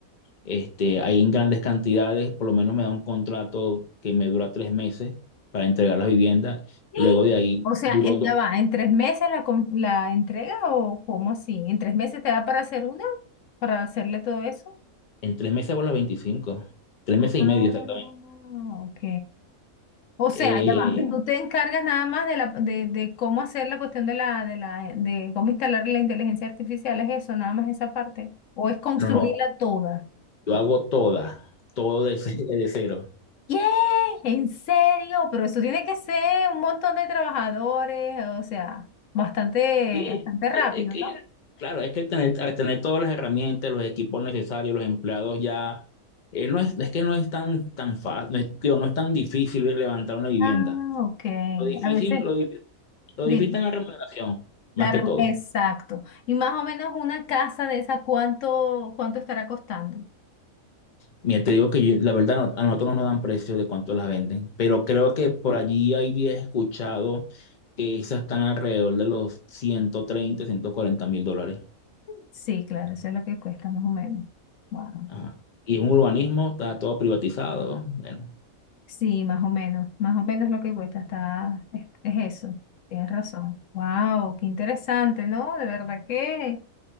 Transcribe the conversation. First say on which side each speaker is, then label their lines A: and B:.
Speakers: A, on the left (about 50°); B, on the left (about 65°).
A: Este, ahí en grandes cantidades, por lo menos me da un contrato que me dura tres meses para entregar las viviendas.
B: <gasps>
A: Luego
B: ¡ah!
A: de ahí
B: o sea,
A: duró
B: en-
A: dos.
B: ya va, ¿en tres meses la, com- la entrega o cómo así? ¿En tres meses te da para hacer una? ¿Para hacerle todo eso?
A: En tres meses hago las veinticinco Tres
B: Ah,
A: meses y medio exactamente.
B: ok. O
A: Eh,
B: sea, ya va.
A: <laughs> Mira.
B: Tú te encargas nada más de la de, de cómo hacer la cuestión de la de la de cómo instalar la inteligencia artificial, es eso, nada más esa parte. O es construirla
A: no, no,
B: toda.
A: yo hago todas, todo de, ce- <laughs> de cero.
B: ¿Qué? ¿En serio? Pero eso tiene que ser un montón de trabajadores, o sea, bastante,
A: Sí,
B: bastante rápido,
A: e- es que,
B: ¿no?
A: claro, es que al tener, al tener todas las herramientas, los equipos necesarios, los empleados ya, eh, no es, es que no es tan, tan fácil, no es, digo, no es tan difícil levantar una vivienda.
B: Ah, ok.
A: Lo difícil,
B: A veces,
A: lo difícil Lo
B: dime.
A: difícil es la remuneración, más
B: La
A: que
B: re-
A: todo.
B: exacto. Y más o menos una casa de esa, ¿cuánto, cuánto estará costando?
A: Mira, te digo que yo- la verdad no- a nosotros no nos dan precios de cuánto las venden, pero creo que por allí había escuchado que esas están alrededor de los ciento treinta ciento cuarenta mil dólares.
B: Sí, claro, eso es lo que cuesta más o menos. Wow.
A: Ajá. Y es un urbanismo, está todo privatizado. Bueno,
B: Sí, más o menos, más o menos lo que cuesta, está, es, es eso, tienes razón. Wow, qué interesante, ¿no? De verdad que,